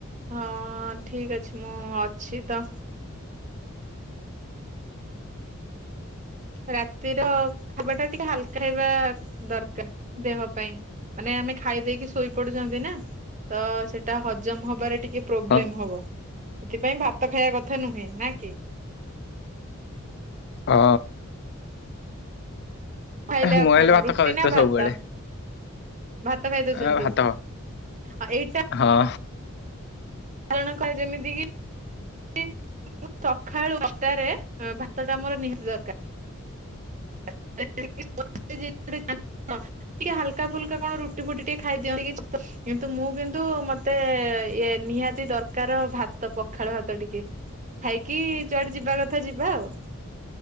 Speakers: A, on the right (about 35°); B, on the left (about 50°).
A: ହଁ ଠିକ ଅଛି ମୁଁ ଅଛି ତ। ରାତିର ଖାଇବାଟା ଟିକେ ହାଲକା ହେବା ଦରକାର। ଦେହ ପାଇଁ ମାନେ ଆମେ ଖାଇ ଦେଇେଇକି ଶୋଇପଡୁଛନ୍ତି ନା। ତ ସେଟା ହଜମ ହବାରେ ଟ ଟିକେ ପ୍ରୋବ୍ଲେମ୍
B: ହଁ
A: ହବ। ସେଥିପାଇଁ ଭାତ ଖାଇବା କଥା ନୁହେଁ ନ କି? <inaudible>
B: ହଁ।
A: ଖାଇଲେ
B: ମୁଁ
A: ଆପଣ
B: ହେଲେ ଭାତ
A: ରୁଟି
B: ଖାଉଛି
A: ନା
B: ତ
A: ଭାତ।
B: ସବୁବେଳେ
A: ଭାତ ଖାଇଦଉଛନ୍ତି
B: ଆ ଭାତ
A: <inaudible> ଆଉ ଏଇଟା
B: ହଁ
A: କାରଣ କ ଯେମିତି କି ସକାଳୁ ଅଟାରେ ଭାତଟା ଆମର ନି ଦରକାର। <unintelligible> ଟିକେ ହାଲ ଫୁଲକା କଣ ରୁଟି ଫୁଟି ଟିକେ ଖାଇଦିଅନ୍ତି। କିନ୍ତୁ ମୁଁ କିନ୍ତୁ ମତେ ଇ ନିହାତି ଦରକାର ଭାତ ପଖାଳ ଭାତ ଟିକେ। ଖାଇକି ଯୁଆଡେ ଯିବା କଥା ଯିବା ଆଉ।